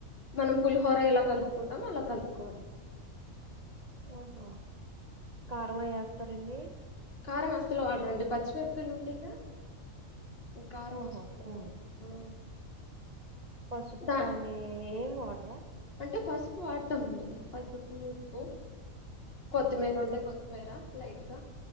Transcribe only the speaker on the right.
ఆహా
ఆహా కరువు అయి వస్తా ఏందీ
ఆహా
ఉమ్
పసుపు
కాని ఏమి వాడరా